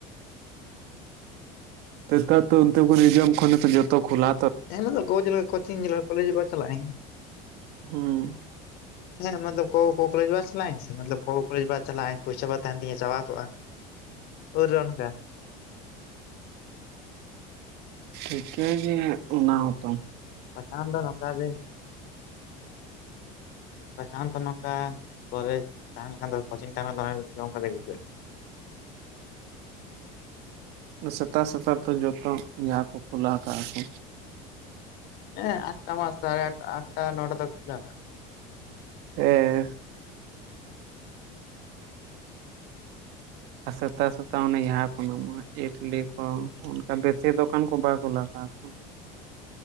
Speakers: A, on the right (about 70°); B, on the left (about 65°).
A: ᱛᱮᱥᱮᱛᱟᱨ ᱛᱚ ᱛᱮ ᱱᱤᱭᱩᱡᱤᱭᱟᱢ ᱠᱷᱚᱱᱮᱚ ᱡᱚᱛᱚ ᱠᱷᱚᱞᱟ
B: ᱦᱮᱸᱢᱟ ᱫᱚᱮᱞ ᱞᱮᱠᱟ ᱠᱳᱪᱤᱝ ᱡᱮᱞᱮᱠᱟ ᱠᱚᱞᱮᱡᱚᱜ ᱪᱟᱞᱟᱜ ᱟᱹᱧ
A: ᱦᱩᱸ
B: ᱦᱮᱸ ᱢᱚᱛᱞᱚᱵ ᱠᱚᱼ ᱠᱚᱞᱮᱡ ᱵᱟ ᱪᱟᱞᱟᱜ ᱟᱹᱧ ᱥᱮ ᱢᱚᱛᱞᱚᱵ ᱠᱚ ᱠᱚᱞᱮᱮᱡ ᱵᱟ ᱪᱟᱞᱟᱜ ᱯᱚᱭᱥᱟ ᱵᱟᱝ ᱛᱟᱦᱮᱱ ᱛᱤᱧᱟᱹ ᱪᱟᱵᱟ ᱠᱚᱜᱼᱟ ᱩᱨ ᱨᱮ ᱚᱱᱠᱟ
A: ᱴᱷᱤᱠ ᱜᱮ ᱚᱱᱟ ᱦᱚᱸᱛᱚ
B: ᱵᱟᱠᱷᱟᱱ ᱫᱚ ᱱᱚᱝᱠᱟ ᱜᱮ ᱵᱟᱠᱷᱟᱱ ᱫᱚ ᱱᱚᱝᱠᱟ ᱠᱚᱞᱮᱡᱽ ᱛᱟᱸᱦᱮ ᱞᱮᱠᱷᱟᱱ ᱫᱚ ᱠᱳᱪᱤᱝ ᱛᱟᱦᱮᱱᱟᱱ ᱫᱚ ᱡᱚᱢ ᱠᱟᱛᱮ ᱦᱤᱡᱩᱜᱼᱟ
A: ᱥᱮᱛᱟ ᱥᱮᱛᱟ ᱛᱚ ᱡᱚᱛᱚ ᱡᱟᱦᱟᱸ ᱠᱚ ᱠᱩᱞᱟᱹ ᱠᱟᱜᱼᱟ ᱠᱚ
B: ᱦᱮᱸ ᱟᱴᱴᱟ ᱢᱟᱥ ᱥᱟᱲᱮ ᱟ ᱟᱴᱴᱟ ᱱᱚᱴᱟ ᱛᱚ ᱠᱷᱩᱞᱟ
A: ᱦᱮᱸ ᱟᱨ ᱥᱮᱛᱟ ᱥᱮᱛᱟ ᱚᱱᱮ ᱡᱟᱦᱟᱸ ᱠᱚ ᱧᱟᱢᱚᱜᱼᱟ ᱤᱰᱞᱤ ᱠᱚ ᱚᱱᱠᱟ ᱵᱮᱥᱤ ᱫᱚᱠᱟᱱ ᱠᱚ ᱵᱟᱭ ᱠᱩᱞᱟᱹᱣ ᱠᱟᱜᱼᱟ ᱠᱚ